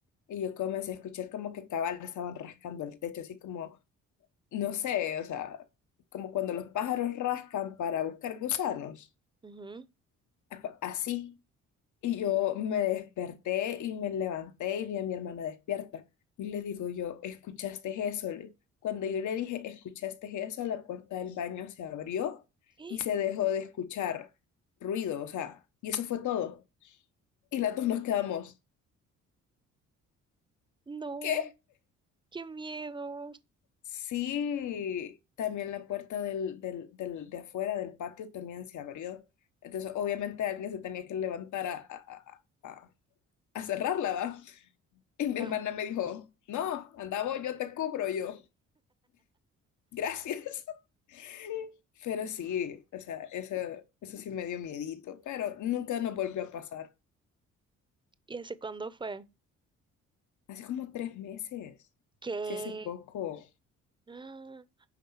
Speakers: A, on the left; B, on the right.
A: Y yo comencé a escuchar como que cabal estaban rascando el techo, así como, no sé, o sea, como cuando los pájaros rascan para buscar gusanos.
B: Ujú.
A: Apa- Así Y yo me desperté y me levanté y vi a mi hermana despierta. Y le digo yo, ¿escuchaste eso? Le- Cuando yo le dije, ¿escuchaste eso? La puerta del baño se abrió
B: ¡Eh!
A: y se dejó de escuchar ruido, o sea, y eso fue todo. Y las dos nos quedamos,
B: No,
A: ¿qué?
B: qué miedo.
A: Sí, también la puerta del, del, del- de afuera del patio también se abrió. Entonces, obviamente alguien se tenía que levantar a, a, a, a a cerrarla, ¿va? <laughs> Y mi
B: Ah,
A: hermana me dijo, no, andaba yo te cubro yo. Gracias. <laughs> Pero sí, o sea, eso, eso sí me dio miedito, pero nunca nos volvió a pasar.
B: ¿y hace cuándo fue?
A: Hace como tres meses,
B: ¿Qué?
A: sí, hace poco.
B: Ah,